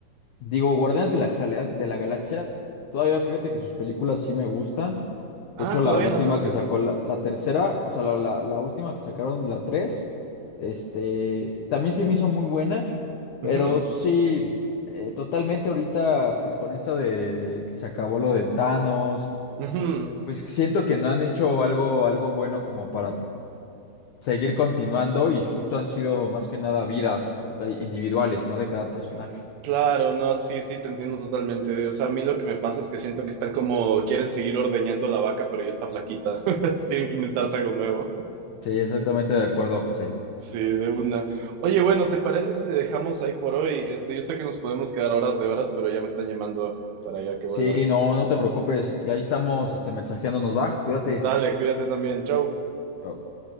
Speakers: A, on the left; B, on the right.
A: Digo, Guardianes de la, Xalea- de la Galaxia, todavía fíjate que sus películas sí me gustan. De
B: Ah,
A: hecho, la
B: todavía
A: última
B: las hacen.
A: que sacó, la, la tercera, o sea, la, la- la última que sacaron, la tres, este, también se me hizo muy buena, pero
B: Ujú,
A: sí, eh, totalmente ahorita, pues con esto de, de que se acabó lo de Thanos,
B: ujú.
A: pues siento que no han hecho algo, algo bueno como para seguir continuando y justo han sido más que nada vidas eh, individuales, ¿no? De cada personaje.
B: Claro, no, sí, sí, te entiendo totalmente. O sea, a mí lo que me pasa es que siento que están como, quieren seguir ordeñando la vaca, pero ya está flaquita. <laughs> Entonces, Tienen que inventarse algo nuevo.
A: Sí, exactamente de acuerdo, José.
B: Sí, de una. Oye, bueno, ¿te parece si le dejamos ahí por hoy? Este, yo sé que nos podemos quedar horas de horas, pero ya me están llamando para ya que
A: Sí,
B: vuelva.
A: no, no te preocupes. Y ahí estamos, este, mensajeándonos, va. Cuídate.
B: Dale, cuídate también. Chau.
A: Chao.